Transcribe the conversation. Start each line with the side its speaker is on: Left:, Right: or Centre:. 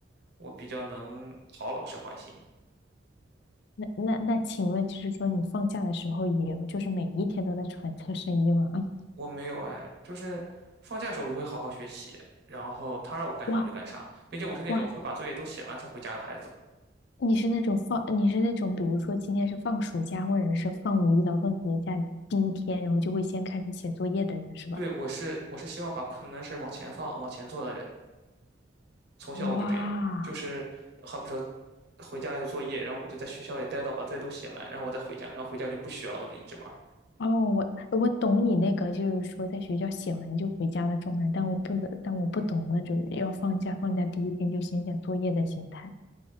Right: 我比较能讨老师欢心。
Left: 那那那，请问就是说，你放假的时候也就是每一天都在揣测深夜吗？啊，
Right: 我没有哎，就是放假的时候我就会好好学习，然后他让我干啥我就干啥，
Left: 哇
Right: 并且我是那种会把作业都写完才回家的孩子。
Left: 哇。你是那种放，你是那种，比如说今天是放暑假，或者是放五一劳动节假第一天，然后就会先开始写作业的人是吧？
Right: 对，我是我是希望把困难的事儿往前放、往前做的人，从小我就这样，
Left: 哇，
Right: 就是好比说回家有作业，然后我就在学校里待到把作业都写完，然后我再回家，然后回家就不学了，我就一直玩儿。
Left: 哦，我我懂你那个，就是说在学校写完就回家的状态，但我不能，但我不懂那种要放假，放假第一天就先写作业的心态。